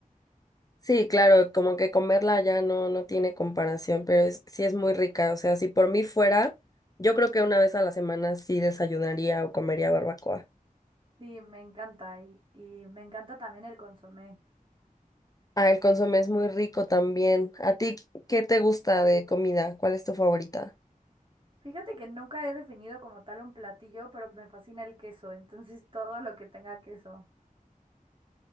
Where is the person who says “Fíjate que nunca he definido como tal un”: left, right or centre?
Right